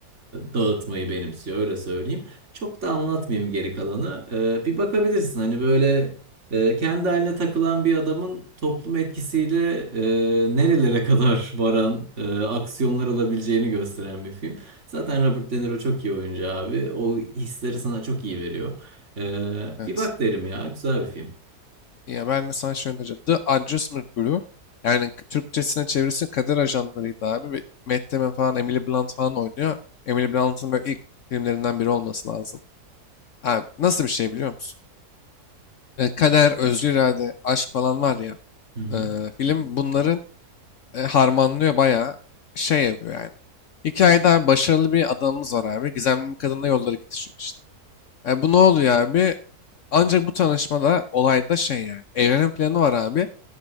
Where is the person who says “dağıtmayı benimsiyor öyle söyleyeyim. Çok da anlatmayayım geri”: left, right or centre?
Right